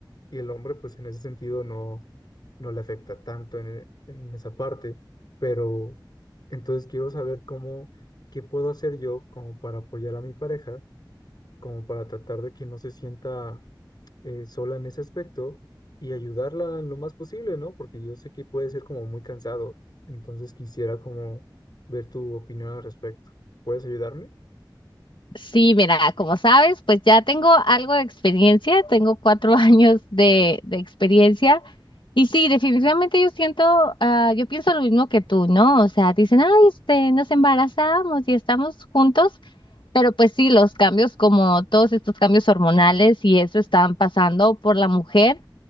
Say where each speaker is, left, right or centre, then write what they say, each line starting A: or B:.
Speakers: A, on the left; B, on the left.
A: Y el hombre, pues en ese sentido no, no le afecta tanto en, e- en esa parte. Pero entonces quiero saber cómo, qué puedo hacer yo como para apoyar a mi pareja, como para tratar de que no se sienta eh, sola en ese aspecto y ayudarla en lo más posible, ¿no? Porque yo sé que puede ser como muy cansado. Entonces quisiera como ver tu opinión al respecto. ¿Puedes ayudarme?
B: Sí, mira, como sabes, pues ya tengo algo de experiencia, tengo cuatro <laughs> años de, de experiencia y sí, definitivamente yo siento, ah, yo pienso lo mismo que tú, ¿no? O sea, dicen, ay, este, nos embarazamos y estamos juntos, pero pues sí, los cambios como todos estos cambios hormonales y eso están pasando por la mujer,